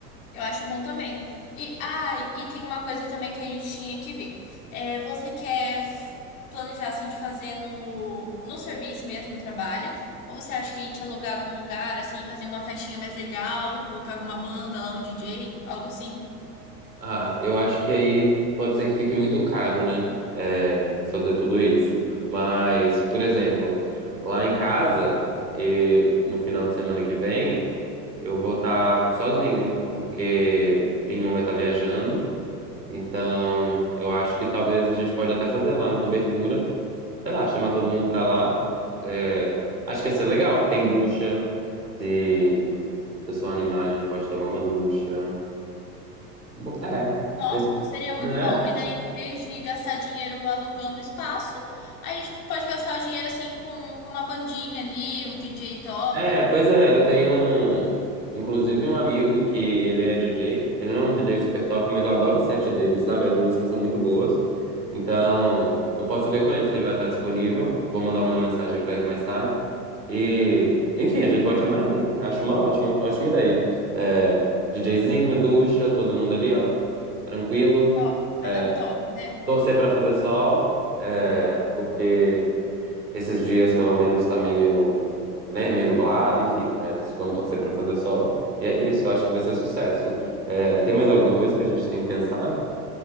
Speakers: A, on the left; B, on the right.
A: Eu acho bom também. E, ah, e tem uma coisa também que a gente tinha que ver. É, você quer f- planejar assim de fazer no, no serviço mesmo, no trabalho? Ou você acha que a gente alugava um lugar, assim, fazia uma festinha mais legal, colocava uma banda lá, um DJ, algo assim?
B: Ah, eu acho que aí pode ser que fique muito caro, né? É, fazer tudo isso. Mas, por exemplo, lá em casa, e no final de semana que vem, eu vou estar sozinho, porque minha irmã vai estar viajando. Então, eu acho que talvez a gente pode até fazer lá na cobertura. Sei lá, chamar todo mundo pra lá. É, acho que ia ser legal. Tem ducha. Se o pessoal animar, a gente pode tomar uma ducha. Bo- É.
A: Nossa, seria muito
B: Né?
A: bom. E daí, em vez de gastar dinheiro alugando espaço, a gente pode gastar o dinheiro assim com, com uma bandinha ali, um DJ top.
B: É, É, pois é, eu tenho um, inclusive um amigo que ele é DJ. Ele não é um DJ super top, mas eu adoro o set dele, sabe? As músicas são muito boas. Então, eu posso ver com ele se ele vai estar disponível. Vou mandar uma mensagem pra ele mais tarde. E, enfim, a gente pode chamar ele. Acho uma ótima, ótima ideia. É, DJzinho, ducha, todo mundo ali, ó. Tranquilo.
A: Top, coisa
B: É,
A: top, né?
B: Torcer pra fazer sol, é, porque Esses dias, pelo menos, tá meio, né, meio nublado, enfim, mas vamos torcer pra fazer sol. E é isso, acho que vai ser sucesso. É, tem mais alguma coisa que a gente tem que pensar?